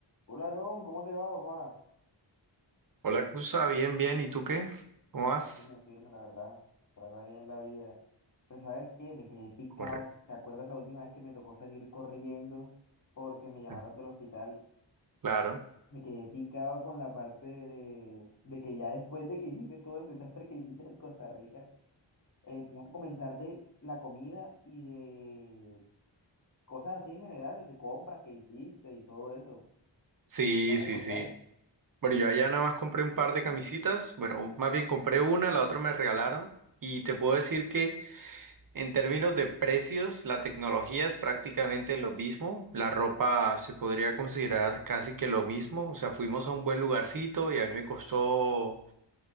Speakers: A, on the left; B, on the right.
A: Hola, Aarón, ¿cómo te va, papá?
B: Hola, Cusa, bien, bien. ¿Y tú qué? ¿Cómo vas?
A: Firme, firme, la verdad. Trata bien la vida. Pero ¿sabes qué? Me quedé picado.
B: Correcto.
A: ¿Te acuerdas la última vez que me tocó salir corriendo porque me llamaron
B: Ah,
A: del hospital?
B: Claro.
A: Me quedé picado con la parte de, de que ya después de que hiciste todo el desastre que hiciste en Costa Rica, eh, me ibas a comentar de la comida y de cosas así en general, de compras que hiciste y todo eso.
B: Sí,
A: ¿Qué me vas
B: sí,
A: a contar?
B: sí. Bueno, yo allá nada más compré un par de camisitas. Bueno, más bien compré una, la otra me regalaron. Y te puedo decir que en términos de precios, la tecnología es prácticamente lo mismo. La ropa se podría considerar casi que lo mismo. O sea, fuimos a un buen lugarcito y a mí me costó